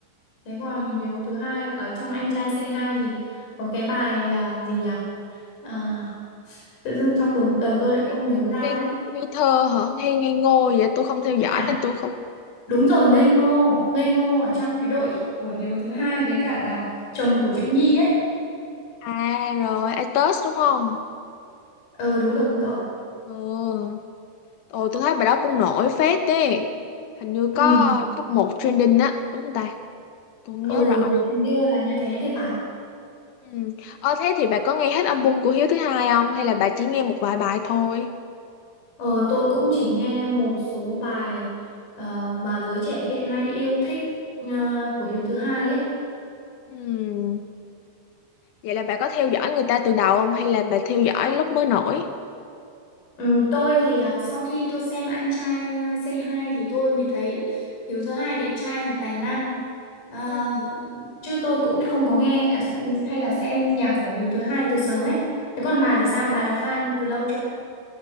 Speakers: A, on the left; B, on the left.
A: thế còn
B: Ừ.
A: Hiếu thứ hai ở trong Anh trai Say Hi thì có cái bài à, gì nhỉ? À, tự dưng trong đầu, đầu tôi lại không
B: Ngây,
A: nhớ ra
B: ngây,
A: ấy.
B: ngây thơ hả? Ngây, ngây ngô vậy? Tôi không theo dõi
A: À,
B: nên tôi không...
A: đúng rồi, Ngây Ngô. Ngây Ngô ở trong cái đội của Hiếu thứ hai với cả là chồng của Diệu Nhi ấy.
B: À rồi, i test đúng không?
A: Ừ, đúng rồi, đúng rồi.
B: Ừ. Ồ, tôi thấy bài đó cũng nổi phết đấy. hình như
A: Ừ,
B: có top một trending á đúng không ta tôi không
A: ừ,
B: nhớ rõ nữa
A: hình như là như thế thì phải.
B: ừ. ờ thế thì bà có nghe hết album của Hiếu thứ hai không hay là bà chỉ nghe một vài bài thôi
A: ờ tôi cũng chỉ nghe một số bài ờ, mà giới trẻ hiện nay yêu thích ờ, của Hiếu thứ hai ấy.
B: ừ. vậy là bà có theo dõi người ta từ đầu không hay là bà theo dõi lúc mới nổi
A: Ừ, tôi thì à, sau khi tôi xem Anh trai ờ, Say Hi thì tôi mới thấy Hiếu thứ hai đẹp trai và tài năng. Ờ,
B: ừ.
A: chứ tôi cũng không có nghe à, s- hay là xem nhạc của Hiếu thứ hai từ sớm ấy. Thế còn bà thì sao? Bà là fan từ lâu chưa?